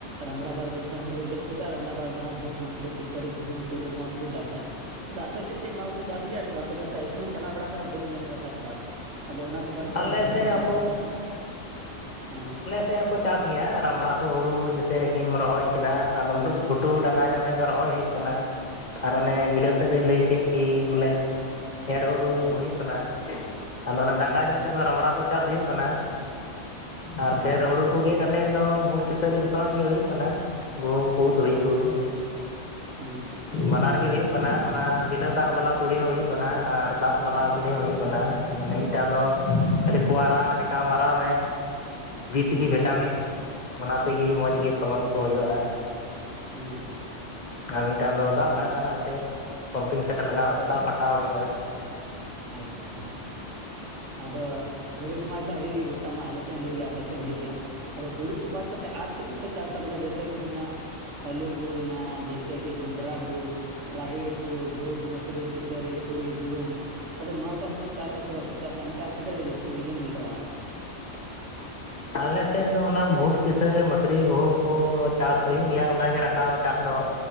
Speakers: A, on the right; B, on the left.
A: ᱨᱟᱢᱲᱟ ᱵᱟᱫ ᱠᱚ ᱡᱚᱠᱷᱚᱱ ᱦᱩᱲᱩ ᱜᱮᱫ ᱥᱟᱹᱫᱟ ᱟᱫᱚ ᱚᱱᱟ ᱵᱟᱫ ᱫᱚ ᱦᱟᱸᱜ ᱵᱷᱩᱴ, ᱢᱟᱹᱥᱨᱤ, ᱠᱮᱥᱟᱹᱨᱤ, ᱜᱩᱦᱩᱢ, ᱛᱩᱲᱤ, ᱱᱚᱣᱟ ᱠᱚᱠᱚ ᱪᱟᱥᱟ᱾ ᱟᱫᱚ ᱟᱯᱮ ᱥᱮᱜ ᱪᱮᱜ ᱱᱚᱣᱟ ᱠᱚᱠᱚ ᱪᱟᱥ ᱜᱮᱭᱟ ᱥᱮ ᱵᱟᱠᱚ ᱪᱟᱥᱟ? ᱮᱥᱮᱢᱟᱸᱧ ᱪᱟᱞᱟᱣ ᱵᱟᱲᱟᱣ ᱠᱟᱱᱟ ᱵᱟᱹᱧ ᱧᱮᱞ ᱠᱟᱫᱟ ᱪᱟᱥᱵᱟᱥ᱾ ᱟᱫᱚ ᱚᱱᱟ ᱠᱚ ᱵᱟᱨᱮᱛᱮ
B: ᱟᱞᱮ
A: ᱪᱟᱥᱟ
B: ᱥᱮᱫ
A: ᱠᱩ ᱥᱮ
B: ᱦᱚᱸᱠᱚ
A: ᱵᱟᱠᱚ ᱪᱟᱥᱟ ᱦᱮᱸ?
B: ᱛᱮ ᱦᱚᱸᱠᱚ ᱪᱟᱥ ᱜᱮᱭᱟ ᱨᱟᱢᱲᱟ ᱠᱚ ᱦᱩᱲᱩ ᱡᱮᱥᱮ ᱠᱤᱢ ᱨᱚᱦᱚᱭ ᱠᱮᱫᱟ ᱟᱫᱚᱢ ᱜᱷᱩᱴᱩ ᱰᱟᱸᱜᱟ ᱧᱚᱜ ᱥᱮᱫ ᱫᱚ ᱨᱚᱦᱚᱭ ᱦᱩᱭᱩᱜ ᱠᱟᱱᱟ ᱟᱨ ᱚᱱᱮ ᱵᱤᱞᱟᱹᱱ ᱥᱮᱫ ᱫᱚᱧ ᱞᱟᱹᱭ ᱠᱮᱜ‌ᱠᱤ ᱵᱚᱞᱮ
A: ᱦᱮᱸ
B: ᱮᱨ ᱦᱩᱲᱩ
A: ᱮᱨ
B: ᱦᱩᱭᱩᱜ ᱠᱟᱱᱟ, ᱟᱫᱚ ᱚᱱᱟ
A: ᱦᱩᱸ
B: ᱰᱟᱸᱜᱟ ᱧᱚᱜ ᱥᱮᱜ ᱫᱚ ᱨᱟᱢᱲᱟ ᱠᱚ ᱪᱟᱥ ᱦᱩᱭᱩᱜ ᱠᱟᱱᱟ᱾ ᱟᱨ
A: ᱦᱮᱸ
B: ᱯᱷᱮᱨ ᱦᱩᱲᱩ ᱠᱚ ᱜᱮᱜ ᱠᱟᱛᱮᱜ ᱫᱚ ᱵᱷᱩᱴ, ᱠᱤᱥᱟᱹᱨᱤ ᱡᱚᱛᱚᱣᱟᱜ ᱜᱮ ᱦᱩᱭᱩᱜ ᱠᱟᱱᱟ᱾ ᱜᱩᱦᱩᱢ ᱠᱩ,
A: ᱦᱮᱸ
B: ᱛᱩᱲᱤ ᱠᱩ᱾
A: ᱦᱮᱸ
B: ᱵᱟᱱᱟᱨ ᱜᱮ ᱦᱩᱭᱩᱜ ᱠᱟᱱᱟ, ᱚᱱᱟ ᱵᱤᱱᱟᱹ ᱫᱟᱜ ᱵᱟᱞᱟ ᱛᱩᱲᱤ ᱦᱚᱸ ᱦᱩᱭᱩᱜ ᱠᱟᱱᱟ ᱟᱨ ᱫᱟᱜ ᱵᱟᱞᱟ ᱛᱩᱲᱤ ᱦᱚᱸ ᱦᱩᱭᱩᱜ ᱠᱟᱱᱟ ᱢᱟᱱᱮ ᱢᱤᱫᱴᱟᱝ ᱫᱚ ᱠᱷᱟᱹᱞᱤ ᱠᱚᱣᱟᱨᱟ ᱞᱮᱠᱟ ᱢᱟᱨᱟᱣ ᱢᱮ
A: ᱦᱩᱸ
B: ᱵᱤᱥ ᱜᱮ ᱵᱷᱤᱴᱟᱢᱤᱱ ᱚᱱᱟ ᱛᱮᱜᱮ ᱢᱚᱡᱽ ᱜᱮ ᱯᱷᱚᱞᱚᱱ ᱠᱚ ᱦᱩᱭᱩᱜᱼᱟ᱾
A: ᱦᱩᱸ
B: ᱟᱨ ᱢᱤᱫᱴᱟᱝ ᱫᱚ ᱫᱟᱜ ᱞᱟᱜᱟᱜ ᱠᱟᱱᱟ ᱮᱛᱮᱜ ᱯᱟᱢᱯᱤᱝ ᱥᱮᱱᱴᱟᱨ ᱞᱟᱜᱟᱣ ᱠᱟᱛᱮᱜ ᱫᱟᱜ ᱯᱟᱴᱟᱣ ᱦᱩᱭᱩᱜᱼᱟ᱾
A: ᱟᱪᱪᱷᱟ ᱟᱫᱚ ᱦᱩᱲᱩ ᱠᱚᱢᱟ ᱟᱪᱷᱟ ᱦᱩᱭᱩᱜ ᱜᱮ ᱜᱚᱴᱟ ᱢᱟ ᱟᱞᱮ ᱥᱮᱜ ᱦᱚᱸᱦᱩᱭᱩᱜ ᱜᱮᱭᱟ ᱟᱯᱮ ᱥᱮᱫ ᱦᱚᱸ ᱦᱩᱭᱩᱜ ᱜᱮᱭᱟ᱾ ᱟᱫᱚ ᱦᱩᱲᱩ ᱠᱚ ᱵᱟᱫ ᱠᱟᱛᱮᱜ ᱟᱨ ᱪᱮᱜ ᱠᱚᱯᱮ ᱪᱟᱥᱟ ᱵᱚᱞᱮ ᱡᱮᱭᱥᱮ ᱠᱚ ᱦᱩᱭᱱᱟ ᱟᱹᱞᱩ ᱠᱚ ᱦᱩᱭᱱᱟ ᱡᱮᱥᱮ ᱠᱤ ᱡᱚᱱᱰᱨᱟ ᱠᱚ᱾ ᱨᱟᱦᱤᱲ ᱠᱩ ᱵᱷᱩᱴ, ᱢᱟᱥᱨᱤ, ᱠᱮᱥᱟᱹᱨᱤ, ᱛᱩᱲᱤ, ᱜᱩᱦᱩᱢ, ᱟᱫᱚ ᱱᱚᱣᱟ ᱠᱚ ᱟᱯᱮᱯᱮ ᱪᱟᱥᱟ ᱥᱮ ᱵᱟᱯᱮ ᱪᱟᱥᱟ? ᱮᱱᱛᱮᱜ ᱟᱯᱮ ᱥᱮᱜ ᱟᱹᱰᱤ ᱡᱟᱥᱛᱤ ᱵᱤᱞᱟᱹᱱ ᱧᱮᱞᱚᱜᱼᱟ᱾
B: ᱟᱞᱮ ᱥᱮᱜ ᱫᱚ ᱚᱱᱟ ᱵᱷᱩᱴ, ᱠᱤᱥᱟᱹᱨᱤ, ᱢᱟᱹᱥᱨᱤ, ᱜᱩᱦᱩᱢ ᱠᱚᱫᱚ ᱪᱟᱥ ᱦᱩᱭᱩᱜ ᱜᱮᱭᱟ ᱚᱱᱟᱜᱮ ᱨᱟᱸᱜᱟᱣ ᱪᱟᱥ ᱫᱚ᱾